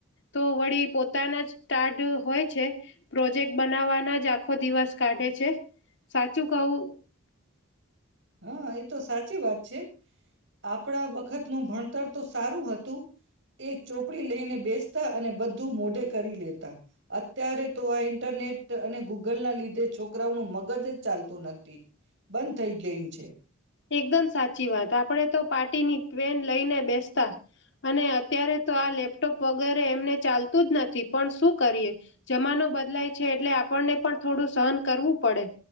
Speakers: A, on the left; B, on the right.
A: તો વળી પોતાના જ્ટાર હોય છે પ્રોજેક્ટ બનાવવાના જ આખો દિવસ કાઢે છે સાચું કવું
B: હા આ સાચી વાત છે આપણા વખતનુંું ભણતર તો સારું હતું એક ચોપડી લઈને બેસ ત અને બધું મોઢે કરી લેતા અત્યારે તો આ ઇન્ટરનેટ અને ગૂગલ ના લીધે છોકરાઓ નું મગજ જ ચાલતું નથી બંધ થઈ ગયું છે
A: એકદમ સાચી વાત આપડે તો પાર્ટી ની ટન લઈને બેસ્ટ અને અત્યારે તો આ લેપટોપ વગેરે એમને ચાલતું જ નથી પણ શું કરીએ જમાનો બદલાય છે એટલે આપણને પણ થોડું સહન કરવું પડે